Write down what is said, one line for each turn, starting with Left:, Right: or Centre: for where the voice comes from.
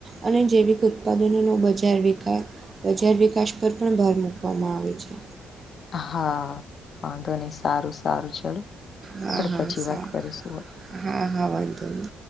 Right: અને જૈવિક ઉત્પાદનો નો બજાર વિકા, બજાર વિકાસ પર પણ ભાર મૂકવામાં આવે છે.
Left: હા, વાંધો નહી સારું -સારું ચાલો,
Right: હા
Left: આપડે
Right: હા
Left: પછી
Right: સારું
Left: વાત કરીશું હવે.
Right: હા.. હા, વાંધો નઇ.